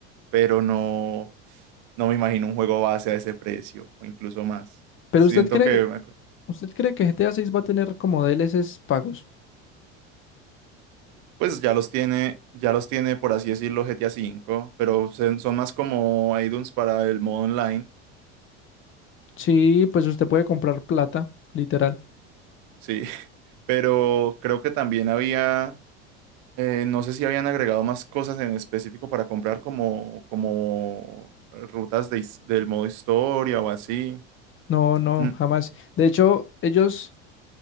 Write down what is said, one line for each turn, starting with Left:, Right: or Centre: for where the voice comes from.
Right: Pero no, no me imagino un juego base a ese precio o incluso más.
Left: Pero
Right: Siento
Left: usted cree,
Right: que me cu-
Left: usted cree que GTA 6 va a tener como DLCs pagos.
Right: pues ya los tiene, ya los tiene por así decirlo GTA V, pero se- son más como add-ons para el modo online.
Left: Sí, pues usted puede comprar plata, literal.
Right: Sí, <laughs> pero creo que también había Eh, no sé si habían agregado más cosas en específico para comprar como, como rutas de his- del modo historia o así.
Left: No, no,
Right: Mm,
Left: jamás. De hecho, ellos,